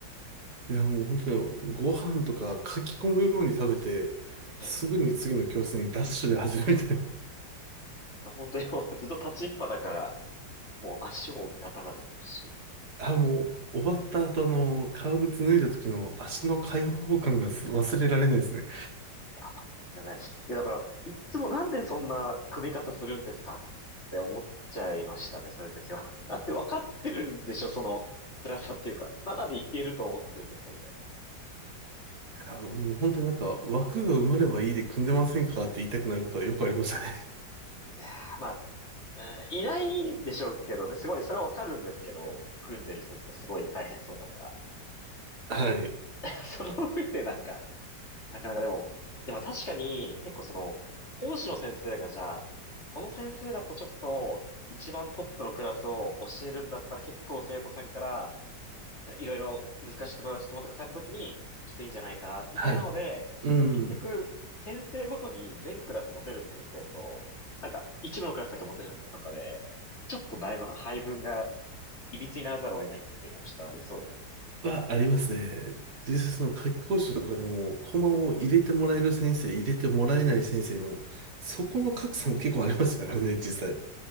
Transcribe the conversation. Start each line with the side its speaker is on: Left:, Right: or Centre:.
Right: いやもう本当にご飯とか書き込むように食べて、
Left: ええ。
Right: すぐに次の教室にダッシュで始めて、
Left: 本当にもうずっと立ちっぱだから、もう足もガタガタするし。
Right: あ、もう終わった後あの、革靴脱いだ時の足の解放感がす忘れられないですね。
Left: やばいですよね。いや、だから、いっつもなんでそんな組み方するんですかって思っちゃいましたね、そういう時は。<laughs> なんで分かってるんでしょ、その辛さっていうか。何でいけると思ってるんですかみたいな。
Right: あ、もう本当になんか枠が埋まればいいで組んでませんかって言いたくなることはよくありましたね。
Left: いやーまあ、うんいないでしょうけどね、すごい、それは分かるんですけど、組んでる先生がすごい大変そうだから。
Right: <laughs> はい。
Left: <laughs> その上でなんか、なかなかでも、でも確かに結構その、講師の先生がじゃあ、この先生だとちょっと一番トップのクラスを教えるんだったら結構生徒さんからいろいろ難しいところ質問とかされた時にきついんじゃないかな、みたいなので、
Right: はい。うん。
Left: 結局先生ごとに全クラス持てる先生と、なんか一部のクラスだけ持てる先生とかで、ちょっとだいぶ配分がいびつにならざるを得ないっていうのはちょっとありそうですけどね。
Right: はありますね。実際その夏期講習とかでも、コマを入れてもらえる先生、入れてもらえない先生の、そこの格差も結構ありましたからね、実際。